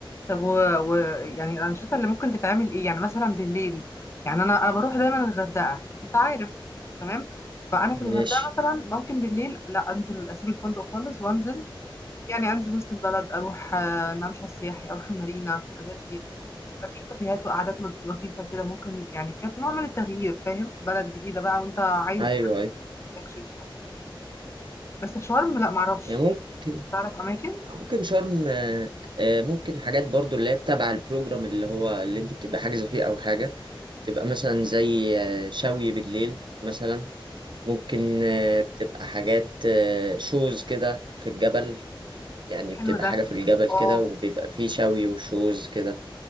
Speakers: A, on the left; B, on the right.
A: طب و... و... يعني الانشطة اللي ممكن تتعمل ايه يعني مثلا بالليل يعني انا انا بروح دايما الغردقة انت عارف تمام فانا في الغردقة
B: ماشي
A: مثلا ممكن بالليل لا انزل اسيب الفندق خالص وانزل يعني انزل وسط البلد اروح آه، الممشى السياحي اروح المارينا في الحاجات دي يبقى في كافيهات وقعدات لط- لطيفه كده ممكن يعني كانت نوع من التغيير فاهم بلد جديده بقى وانت عايز
B: ايوه ايوه
A: تكشفها بس في شرم لا معرفش
B: يعني ممكن
A: تعرف اماكن
B: ممكن شرم آه، آه، ممكن حاجات برضو اللي هي تبع البروجرام اللي هو اللي انت بتبقى حاجزه فيه او حاجه تبقى مثلا زي آه، شوي بالليل مثلا ممكن آه، بتبقى حاجات آه، شوز كده في الجبل يعني
A: حلو
B: بتبقى
A: ده
B: حاجة في الجبل
A: اه
B: كده وبيبقى فيه شوي وشوز كده